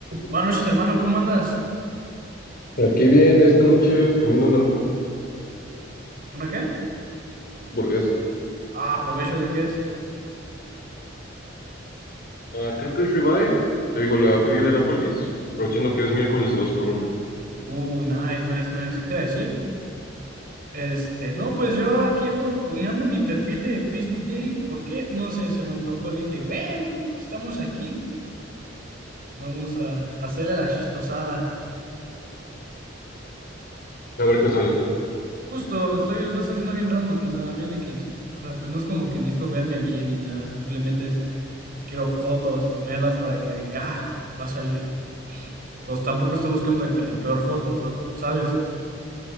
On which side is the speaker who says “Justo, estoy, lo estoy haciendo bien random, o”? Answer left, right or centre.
Right